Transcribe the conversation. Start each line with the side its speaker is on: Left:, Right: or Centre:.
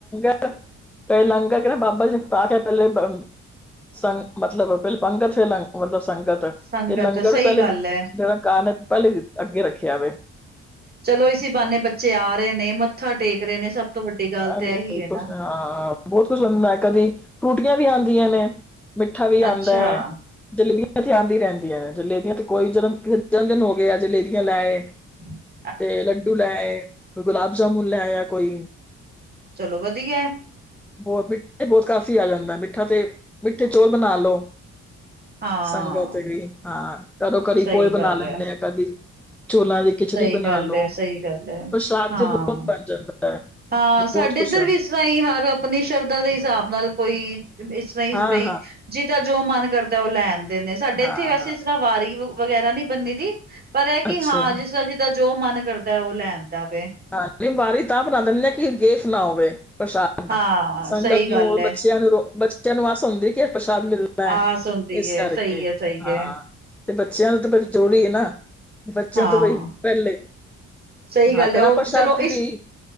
Centre: ਅ ਕਈ ਲੰਗਰ ਕਹਿੰਦਾ ਬਾਬਾ ਜੀ ਖਾ ਗਿਆ ਪਹਿਲੇ ਅ ਸੰ ਮਤਲਬ ਪਹਿਲੇ ਪੰਗਤ ਫੇਰ ਲੰਗ ਮਤਲਬ ਸੰ ੰਗਤ
Right: ਸੰਗਤ
Centre: ਤੇ ਲੰਗਰ
Right: ਸਹੀ
Centre: ਪਹਿਲੇ
Right: ਗੱਲ ਐ।
Centre: ਇਹਦਾ ਕਾਰਣ ਪਹਿਲੇ ਅੱਗੇ ਰੱਖਿਆ ਵੇ।
Right: ਚਲੋ ਇਸੀ ਬਹਾਨੇ ਬੱਚੇ ਆ ਰਹੇ ਨੇ, ਮੱਥਾ ਟੇਕ ਰਹੇ ਨੇ, ਸਭ ਤੋਂ ਵੱਡੀ ਗੱਲ
Centre: ਅਰੇ
Right: ਤਾਂ ਇਹੀ ਹੈ ਨਾ।
Centre: ਕੁਛ ਹਾਂ ਬਹੁਤ ਕੁਝ ਹੁੰਦਾ ਹੈ ਕਦੀ ਫਰੂਟੀਆਂ ਵੀ ਆੰਦੀਆਂ ਨੇ, ਮਿੱਠਾ ਵੀ
Right: ਅੱਛਾ,
Centre: ਆੰਦਾ ਹੈ ਜਲੇਬੀਆਂ ਇੱਥੇ ਆੰਦੀ ਰਹਿੰਦੀਆਂ ਨੇ ਜਲੇਬੀਆਂ ਤੇ ਕੋਈ ਜਨਮ ਕਿਸੇ ਜਨਮ ਦਿਨ ਹੋ ਗਿਆ ਆ ਜਲੇਬੀਆਂ ਲੈ ਆਏ
Right: ਹਮ <inaudible>
Centre: ਤੇ ਲੱਡੂ ਲੈ ਆਏ, ਕੋਈ ਗੁਲਾਬ ਜਾਮੁਨ ਲੈ ਆਇਆ ਕੋਈ
Right: ਚੱਲੋ ਵਧਿਆ।
Centre: ਬੋਤ ਮਿੱਠੇ ਬੋਤ ਕਾਫੀ ਆ ਜਾਂਦਾ, ਮਿੱਠਾ ਤੇ ਮਿੱਠੇ ਚੋਲ ਬਣਾ ਲੋ।
Right: ਹਾਂ।
Centre: ਸੰਗਤ ਵੀ ਹਾਂ ਘਰੋਂ ਘਰੀਂ
Right: ਸਹੀ
Centre: ਪੋਏ ਬਣਾ
Right: ਗੱਲ
Centre: ਲੈਂਣੇ
Right: ਐ,
Centre: ਆ ਕਦੀ। ਚੋਲਾਂ ਦੀ ਖਿਚੜੀ
Right: ਸਹੀ
Centre: ਬਣਾ
Right: ਗੱਲ
Centre: ਲੋ,
Right: ਐ, ਸਹੀ ਗੱਲ ਐ
Centre: ਪ੍ਰਸ਼ਾਦ
Right: ਹਾਂ।
Centre: ਤੇ ਬੋਤ ਬਣ ਜਾਂਦਾ। ਹੈ
Right: ਹਾਂ
Centre: ਬਹੁਤ
Right: ਸਾਡੇ
Centre: ਕੁਛ
Right: ਏਧਰ
Centre: ਹਾਂ
Right: ਵੀ ਇਸਰ੍ਹਾਂ ਈ ਹਰ ਆਪਣੀ ਸ਼ਰਧਾ ਦੇ ਹਿਸਾਬ ਨਾਲ ਕੋਈ ਇਸਰ੍ਹਾਂ ਈ
Centre: ਹਾਂ
Right: ਬਈ ਜਿਦਾਂ ਜੋ ਮਨ ਕਰਦਾ ਓ ਲੈ ਆਂਦੇ ਨੇ ਸਾਡੇ
Centre: ਹਾਂ
Right: ਏਥੇ ਵੈਸੇ
Centre: ਹਾਂ
Right: ਇਸਰ੍ਹਾਂ ਵਾਰੀ ਵਗੈਰਾ ਨੀ ਬੰਨੀ ਦੀ। ਪਰ ਐ ਕੀ
Centre: ਅੱਛਾ
Right: ਹਾਂ ਜਿਸਦਾ ਜਿੱਦਾਂ ਜੋ ਮਨ ਕਰਦਾ ਓ ਲੈਂਦਾ ਵੇ।
Centre: ਹਾਂ ਬਾਰੀ ਤਾਂ ਬਣਾ ਦਿੰਨੇ ਕੀ ਗੇਫ ਨਾ ਹੋਵੇ ਪ੍ਰਸ਼ਾਦ।
Right: ਹਾਂ
Centre: ਹ ਸੰਗਤ
Right: ਸਹੀ
Centre: ਨੂੰ,
Right: ਗੱਲ ਏ
Centre: ਬੱਚਿਆਂ ਨੂੰ, ਬੱਚਿਆਂ ਨੂੰ ਆਸ ਹੁੰਦੀ ਕੀ ਪ੍ਰਸ਼ਾਦ ਮਿਲਦ ਮਿਲਦਾ
Right: ਆਸ
Centre: ਏ
Right: ਹੁੰਦੀ
Centre: ਏਸ
Right: ਏ
Centre: ਕਰਕੇ,
Right: ਸਹੀ ਏ ਸਹੀ
Centre: ਹਾਂ
Right: ਏ
Centre: ਤੇ ਬੱਚਿਆਂ ਨੂੰ ਤੇ ਫੇਰ ਜਰੂੂਰੀ ਏ ਨਾ। ਬੱਚਿਆਂ
Right: ਹਾਂ
Centre: ਤੋਂ ਬਈ ਪੈਲੇ,
Right: ਸਹੀ
Centre: ਹਾਂ
Right: ਗੱਲ
Centre: ਕੜਾ
Right: ਏ ਉਹ
Centre: ਸ਼ਾਦ
Right: ਚਲੋ
Centre: ਵੀ,